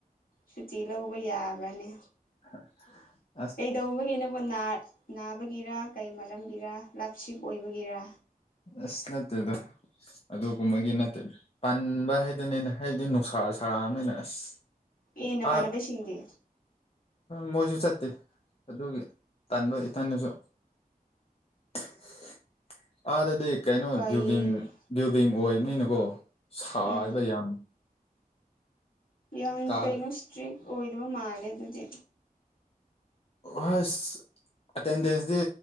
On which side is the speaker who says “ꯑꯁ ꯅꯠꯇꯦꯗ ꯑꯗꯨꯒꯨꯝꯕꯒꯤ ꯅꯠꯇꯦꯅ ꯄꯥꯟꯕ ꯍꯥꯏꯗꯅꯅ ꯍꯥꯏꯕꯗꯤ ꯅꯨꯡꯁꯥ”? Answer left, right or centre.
Left